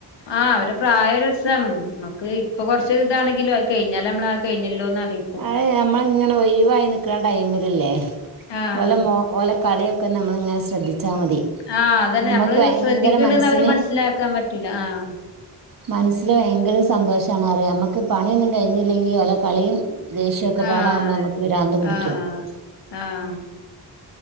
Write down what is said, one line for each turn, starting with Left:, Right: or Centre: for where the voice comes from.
Left: ആ അവരെ പ്രായ രസാണ് നമ്മക്ക് ഇപ്പൊ കൊർച്ച് ഇതാണങ്കിലോ അഹ് കഴിഞ്ഞാല് നമ്മള് കഴിഞ്ഞല്ലോന്ന് ആലോയി
Right: അഹ് നമ്മള ഇങ്ങനെ ഒഴിവായി നിക്ക്ണ ടൈമ് ല് ല്ലേ
Left: ആഹ്
Right: ഓലെ മോ ഓലെ കളിയൊക്കെ നമ്മള് ങ്ങനെ ശ്രദ്ധിച്ചാ മതി
Left: ആ അതന്നെ
Right: നമ്മക്ക്
Left: നമ്മള്
Right: ഭയങ്കര
Left: ശ്രദ്ധിക്ക്
Right: മനസ്സിന്
Left: ണ്ട്ന്ന് അവര് മൻസ്സിലാക്കാം പറ്റൂല ആഹ്
Right: മൻസ്സില് ഭയങ്കര സന്തോഷാണ് അറിയോ അമ്മക്ക് പണിയൊന്നും കഴിഞ്ഞില്ലെങ്കി ഓലെ കളിയും ദേഷ്യൊക്കെ
Left: ആ
Right: പാടാവുമ്പോ
Left: അതന്നേ
Right: നമ്മക്ക് പിരാന്തും പിടിക്കും
Left: ആഹ് ആഹ്